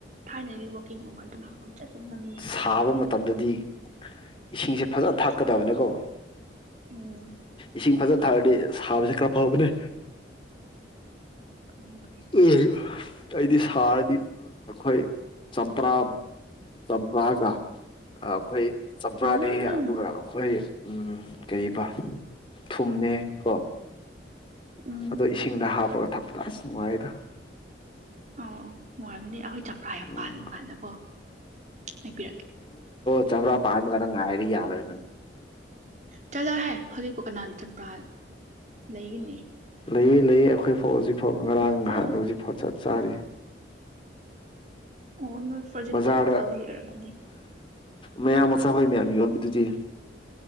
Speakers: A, on the right (about 40°); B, on the left (about 30°).
A: ꯊꯥꯏꯅꯅꯤ ꯋꯥꯛꯀꯤꯡꯒꯨꯝꯕ ꯑꯗꯨꯝ ꯑꯗꯨ ꯆꯠ ꯆ ꯅꯃꯤꯉ
B: ꯁꯥꯕ ꯃꯇꯝꯗꯗꯤ ꯏꯁꯤꯡꯁꯦ ꯐꯖꯅ ꯊꯥꯛꯀꯗꯕꯅꯦꯀꯣ
A: ꯐꯖꯕ ꯎꯝ
B: ꯏꯁꯤꯡ ꯐꯖꯅ ꯊꯥꯔꯗꯤ ꯁꯥꯕꯁꯦ ꯈꯔ ꯐꯕꯅꯦ
A: ꯐꯩ ꯐꯩ
B: ꯎ ꯑꯩꯗꯤ ꯁꯥꯔꯗꯤ ꯑꯩꯈꯣꯏ ꯆꯝꯄ꯭ꯔꯥ ꯆꯝꯄ꯭ꯔꯥꯒ ꯑꯩꯈꯣꯏ ꯆꯝꯄ꯭ꯔꯥꯅꯤ
A: ꯎꯝ
B: ꯑꯗꯨꯒ ꯑꯩꯈꯣꯏ ꯎꯝ ꯀꯔꯤꯕ ꯊꯨꯝꯃꯦ ꯀꯣ
A: ꯎꯝ
B: ꯑꯗꯣ ꯏꯁꯤꯡꯗ ꯍꯥꯞꯄꯒ ꯊꯛꯗꯥꯦ ꯥꯏꯗ
A: ꯑꯧ ꯅꯨꯡꯉꯥꯏꯔꯝꯅꯦ ꯑꯩꯈꯣꯏ ꯆꯝꯄ꯭ꯔꯥ ꯌꯥꯝ
B: ꯎꯝ
A: ꯄꯥꯜ ꯀꯥꯟꯗꯀꯣ ꯍꯥꯏꯕꯤꯔꯛꯀꯦ
B: ꯆ꯭ꯔ ꯄꯥꯃ ꯀꯗ ꯉꯥꯏꯔꯤ ꯌꯥꯔꯣꯏ
A: ꯆꯖ ꯍꯥꯏ ꯍꯧꯖꯤꯛꯄꯥꯎ ꯀꯅꯥ ꯆꯝꯄ꯭ꯔꯥ ꯂꯩꯒꯤꯅꯤ
B: ꯂꯩꯌꯦ ꯂꯩꯌꯦ ꯑꯩꯈꯣꯏ ꯐꯥꯎ ꯍꯧꯖꯤꯛꯐꯥꯎ ꯉꯔꯥꯡ
A: ꯌꯣꯟꯗꯦ
B: ꯅꯍꯥꯟ ꯍꯧꯖꯤꯛꯐꯥꯎ ꯆꯠ ꯆꯥꯔꯤ
A: ꯑꯣ ꯅꯣꯏ ꯐꯣꯔꯖꯤꯟ
B: ꯕꯖꯥꯔꯗ
A: ꯇ ꯑꯣꯏꯔꯝꯃꯅꯤ
B: ꯃꯌꯥꯡ ꯃꯆꯥꯈꯣꯏ ꯃꯌꯥꯝ ꯌꯣꯟꯕꯗꯨꯗꯤ